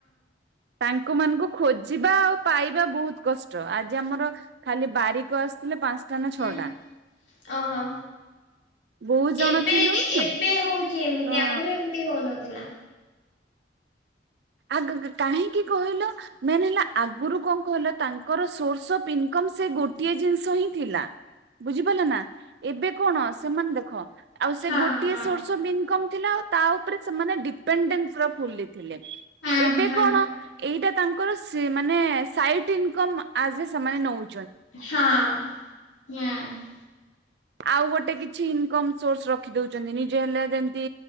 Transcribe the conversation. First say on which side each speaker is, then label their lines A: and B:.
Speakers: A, on the right (about 65°); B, on the left (about 85°).
A: ତାଙ୍କ ମାନଙ୍କୁ ଖୋଜିବା ଆଉ ପାଇବା ବହୁତ କଷ୍ଟ। ଆଜି ଆମର ଖାଲି ବାରିକ ଆସିଥିଲେ ପାଞ୍ଚ ଟା ନା
B: ହଁ।
A: ଛଟା।
B: ଓହୋ
A: ବହୁତ ଜଣ
B: ଏବେ
A: ଥିଲୁ ନି ନା
B: ଏବେ
A: ତ।
B: ହଉଛି ଏମିତି ଆଗରୁ ଏମିତି ହଉନଥିଲା।
A: ଆଗଗ କାହିଁକି କହିଲ? ମେନ୍ ହେଲା ଆଗରୁ କଣ କହିଲ ତାଙ୍କର ସୋର୍ସ ଅଫ୍ ଇନକମ୍ ସେ ଗୋଟିଏ ଜିନିଷ ହି ଥିଲା। ବୁଝିପାରିଲ ନା ଏବେ କଣ ସେମାନେ ଦେଖ। ଆଉ ସେ
B: ହଁ
A: ଗୋଟିଏ
B: ହଁ
A: ସୋର୍ସ ଅଫ ଇନକମ୍ ଥିଲା ଆଉ ତା ଉପରେ ସେମାନେ ଡିପେେନ୍ସ ର ଫୁଲି ଥିଲେ।
B: ହଁ
A: ଏବେ
B: ହଁ
A: କଣ ଏଇଟା ତାଙ୍କର ସେ ମାନେ ସାଇଡ ଇନକମ ଅସ୍ ଏ ସେମାନେ ନଉ
B: ହଁ ହୁଁ।
A: ଆଉ ଗୋଟେ କିଛି ଇନକମ ସୋର୍ସ ରଖି ଦଉଛନ୍ତି ନିଜେ ହେଲେ ଯେମତି